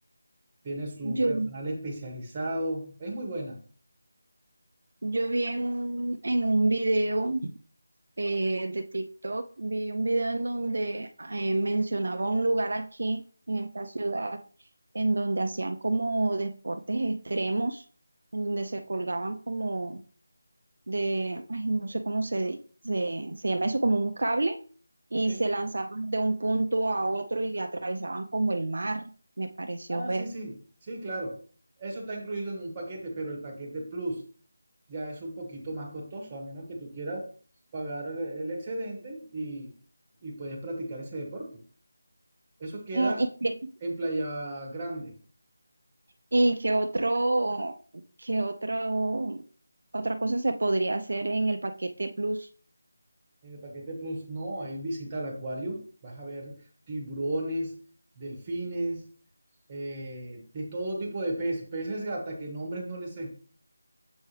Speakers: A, on the right; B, on the right.
A: tiene su
B: yo
A: personal especializado, es muy buena.
B: Yo vi en un, en un video eh, de TikTok, vi un video en donde eh, mencionaba un lugar aquí en esta ciudad en donde hacían como deportes extremos, en donde se colgaban como de, ay, no sé cómo se, di- se, se llama eso, como un cable y
A: Sí.
B: se lanzaban de un punto a otro y atravesaban como el mar, me pareció
A: Ah,
B: ver.
A: sí, sí, sí, claro. Eso está incluido en un paquete, pero el paquete Plus. ya es un poquito más costoso, a menos que tú quieras pagar el el excedente y, y puedes practicar ese deporte. Eso queda
B: Mm, Y
A: en Playa Grande.
B: ¿Y qué otro, qué otro, otra cosa se podría hacer en el paquete Plus?
A: En el paquete Plus no, hay visita al acuario, vas a ver tiburones, delfines, eh, de todo tipo de peces, peces gata, que nombres no les sé.